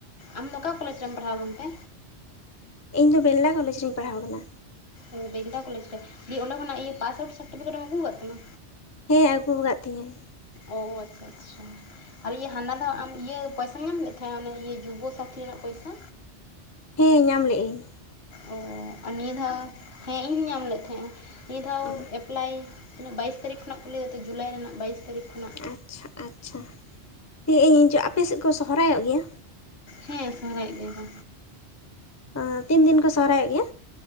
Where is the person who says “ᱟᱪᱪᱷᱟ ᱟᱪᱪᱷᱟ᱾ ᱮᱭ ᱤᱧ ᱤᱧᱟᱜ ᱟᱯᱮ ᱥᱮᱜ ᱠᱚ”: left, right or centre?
Left